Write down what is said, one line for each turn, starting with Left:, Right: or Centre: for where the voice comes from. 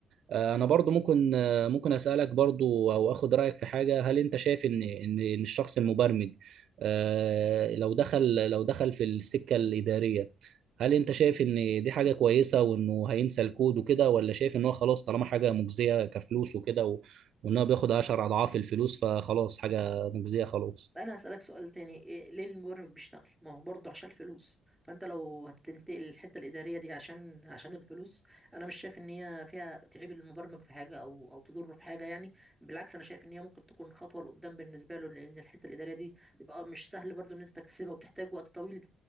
Right: آه، انا برضو ممكن آه، ممكن اسالك برضو او اخد رايك في حاجه هل انت شايف ان ان إن الشخص المبرمج آه، لو دخل لو دخل في السكه الاداريه هل انت شايف ان دي حاجه كويسه وانه هينسى الكود وكده ولا شايف ان هو خلاص طالما حاجه مجزيه كفلوس وكده و- وان هو بياخد 10 اضعاف الفلوس فخلاص حاجه مجزيه خلاص
Centre: انا هسألك سؤال تاني إيه ليه المبرمج بيشتغل ما هو برضه عشان الفلوس فانت لو هتنتقل الحتة الإدارية دي عشان عشان الفلوس انا مش شايف ان هي فيها تعيب المبرمج في حاجة او او تضره في حاجة يعني بالعكس انا شايف ان هي ممكن تكون خطوة لقدام بالنسبة له لان الحتة الإدارية دي بيبقى مش سهل برضه ان انت تكتسبها وبتحتاج وقت طويل